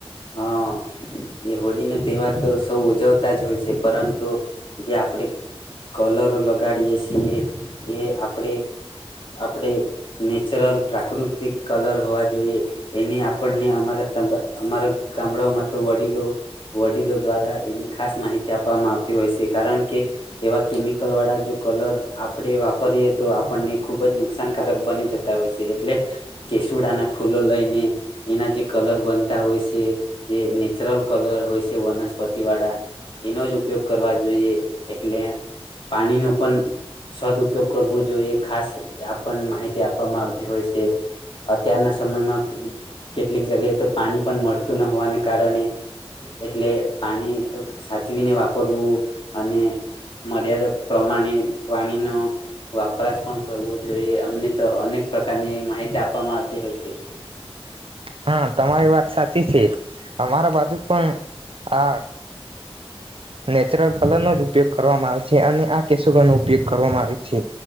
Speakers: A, on the left (about 50°); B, on the right (about 60°).
A: હા એ હોળી નો ની તહેવાર તો સૌ જ હોય છે પરંતુ જે આપણે કલરો લગાડીએ છીએ એ આપણેે આપણેે નેચરલ પ્રાકૃતિક કલર હો જોઈએ. એની આપણને અમારા તાં <unintelligible> અમારા <unintelligible> તો વડીલો વડીલો દ્વારા એની ખાસ માહિતી આપવામાં આવતી હોય છે કારણ કે એવા કેમિકલ વાળા જો કલર આપણે વાપરીએ તો આપણને ખુબ જ નુકસાનકારક બની જતા હોય છે એટલે કેસુડા ના ફૂલ લઈને એના જે કલર બનતા હોય છે એ નેચરલ કલર હોય છે વનસ્પતિ વાળા એનો જ ઉપયોગ કરવા જોઈએ એટલે પાણીનો પણ સદ ઉપપયોગ કરવો જોઈએ ખાસ આપ માહિતી આપવામાં આવતી હોય છે અત્યારના સમયમાં કેટલીક જગ્યાએ તો પાણી પણ મળત તું ન હોવાને કારણે એટલે પાણી સાચવીને વાપરવું અને મર્યાદા પ્રમાણે પાણીનો વપરાશ પણ કરવો જોઈએ અમને તો અનેક પ્રકારની માહિતી આપવામાં આવતી હોય છે
B: હા તમારી વાત સાચી છે અમારા બાજુ પણ આ નેચરલ કલરનોો જ ઉપયોગ કરવામાં આવે છે અને આ કેસુડો નો ઉપયોગ કરવામાં આવે છે